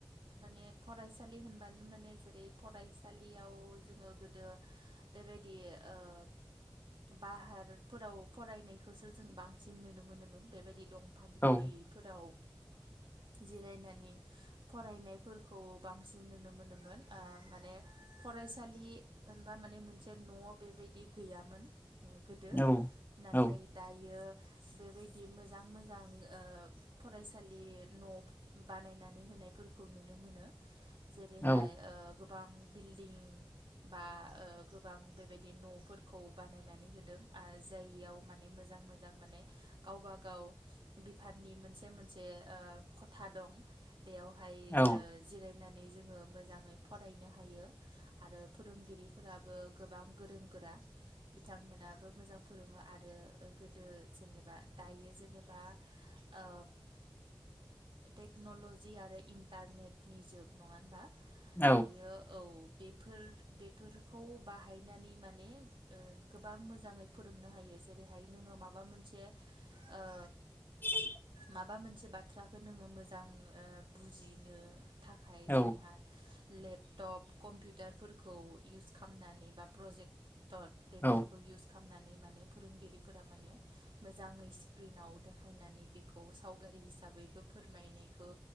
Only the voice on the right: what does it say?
माने फरायसालि होनबानो माने जेरै फरायसालियाव जोङो गोदो बेबायदि ओ बाहारफोराव फरायनायखौसो जों बांसिन नुनो मोनोमोन बेबायदि दं। फ गुदिफोराव
जिरायनानै फरायनाय खौ बांसिन नुनो मोनोमोन ओ माने फरायसालि होनबा माने मोनसे न' न' बेबायदि गैयामोन गोदो
नाथाय
दायो। बेबायदि मोजां मोजां ओ फरायसालि न' बानायनानै होन नायफोरखौ नुनो मोनो जेरैहाय
ओ गोबां बिल्डिं बा गोबां बेबायदि न'फोरखौ बानायनानै होदों। ओ जाययाव माने मोजां मोजां माने गावबा गाव बिफाननि मोनसे मोनसे ओ ख'था दं बेवहाय
ओ जिरायनानै जोङो मोजाङै फरायनो हायो आरो फोरोंगिरिफोराबो गोबां गोरों गोरा बिथांमोनाबो मोजां फोरोङो आरो गोदो जेनेबा दायो जेनेबा ओ टेक्नलजि आरो इन्टारनेटनि जुग नङा होनबा
दायो औ बेफोर बेफोरखौ बाहायनानै माने ओ गोबां मोजाङै फोरोंनो हायो। जेरैहाय नोङो माबा मोनसे ओ
माबा मोनसे बाथ्राखौ नोङो मोजां बुजिनो थाखाय
जेनेहा लेपटप कम्पिउटारफोरखौ इउस खालामनानै बा प्रजेक्ट तर पेफफोरखौ
इउस खालामनानै नानै माने फोरोंगिरिफोरा माने मोजाङै स्क्रिनाव देखायनानै बेखौ सावगारि हिसाबैबो फोरमायनायखौ